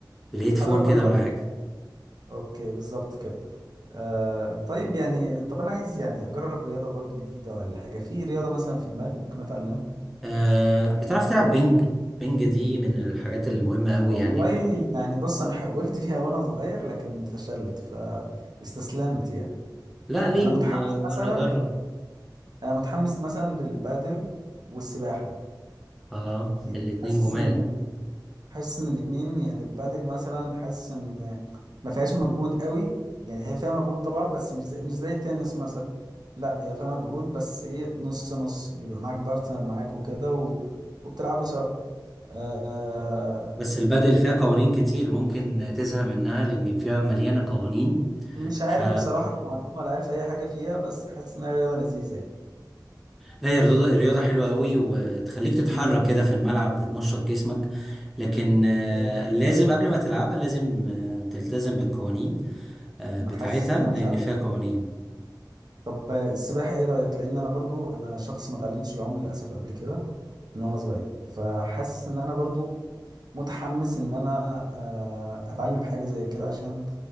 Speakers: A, in the centre; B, on the right (about 60°).
A: بالهيدفون
B: بتحرك
A: كده
B: وانا
A: ولا حاجه
B: اوكي بالظبط كده آه طيب يعني طب انا عايز يعني اجرب رياضه برضو جديده ولا حاجه في رياضه مثلا في دماغك ممكن اتعلمها
A: أه بتعرف تلعب بينج بينج دي من الحاجات المهمه قوي
B: والله
A: يعني
B: يعني بص انا حاولت فيها وانا صغير لكن فشلت فاستسلمت يعني
A: لا ليه
B: انا متحمس
A: ن-
B: مثلا
A: نجرب
B: انا متحمس مثلا للبادل والسباحه
A: اه
B: يعني
A: الاتنين
B: حاسس
A: جمال
B: ان حاسس ان الاتنين يعني البادل مثلا حاسس ان ما فيهاش مجهود قوي يعني هي فيها مجهود طبعا بس مش زي مش زي التنس مثلا لا هي فيها مجهود بس ايه نص نص بيبقى معاك بارتنر معاك وكده و... وبتلعبوا سوا آه...
A: بس البادل فيها قوانين كتير ممكن تزهق منها لأن فيها مليانة قوانين
B: مش عارف
A: ف
B: بصراحة قوانين ولا عارف اي حاجة فيها بس حاسس انها رياضة لذيذة يعني
A: لا هي رياضة رياضة حلوة قوي وتخليك تتحرك
B: مم.
A: كده في الملعب بتنشط جسمك لكن آه،
B: إيه،
A: لازم قبل ما تلعبها لازم آه، تلتزم بالقوانين آه،
B: أنا
A: بتاعتها
B: حاسس ان انا
A: لأن
B: مش هقدر
A: فيها قوانين
B: طب آه، السباحة ايه رأيك لان انا برضو انا شخص ما اتعلمتش العوم للاسف قبل كده من وانا صغير فحاسس ان انا برضو متحمس ان انا آه، اتعلم حاجه زي كده عشان